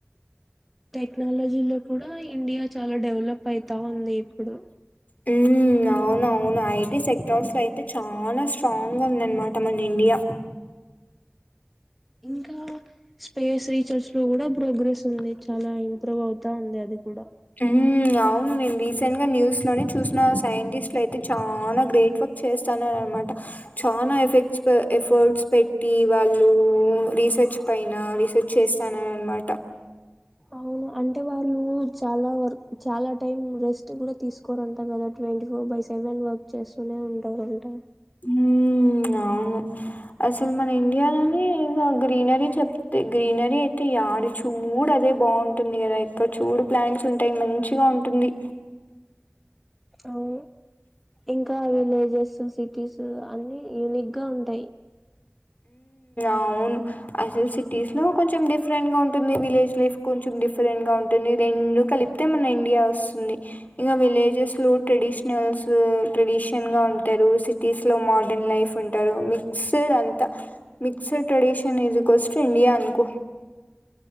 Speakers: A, in the centre; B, on the left.
A: టెక్నాలజీలో కూడా ఇండియా చాలా డెవలప్ అయితా ఉంది ఇప్పుడు
B: హ్మ్ అవునవును సెక్టార్స్ లో అయితే చాలా స్ట్రాంగ్ గా ఉందనమాట మన ఇండియా
A: ఇంకా స్పేస్ రీసెర్చ్ లో కూడా ప్రోగ్రెస్ ఉంది చాలా ఇంప్రూవ్ అవుతా ఉంది అది కూడా
B: హ అవును నేను రీసెంట్ గా న్యూస్ లోనే చూసిన సైంటిస్ట్లు అయితే చాలా గ్రేట్ వర్క్ చేస్తున్నా అనమాట చాలా ఎఫెక్ట్స్ ఎఫర్ట్స్ పెట్టి వాళ్ళు రీస రీసెర్చ్ పైన రీసెర్చ్ చేస్తాన అనమాట
A: అవును అంటే వాళ్ళు చాలా వర్క్ చాలా టైం రెస్ట్ కూడా తీసుకోరుంట కదా twenty four by seven work చేస్తూనే ఉంటారుంటారు
B: హ అవును అసలు మన ఇండియాలోనే ఇం గ్రీనరీ చెప్తేా గ్రీనరీ అయితే డు చూడు అదే బాగుంటుంది కదా ఇక్కడ చూడు ప్లాంట్స్ ఉంటాయి మంచిగా ఉంటుంది
A: అవు ఇంకా విలేజెస్ సిటీస్ అన్ని యూని క్క ఉంట
B: అవును అసలు సిటీస్ లో కొంచెం డిఫరెంట్ గా ఉంటుంది విలేజ్ లైఫ్ కొంచెం డిఫరెంట్ గా ఉంటుంది రెండు కలిపితే మన ఇండియా వస్తుంది ఇంకా విలేజెస్ లో ట్రెడిషనల్స్ ట్రెడిషల్ గా ఉంటారు సిటీస్ లో మోడర్న్ లైఫ్ ఉంట మిక్సడ్ అంత మిక్సడ్ ట్రెడిషన్ ఇజస్ ఇండియా అనుకో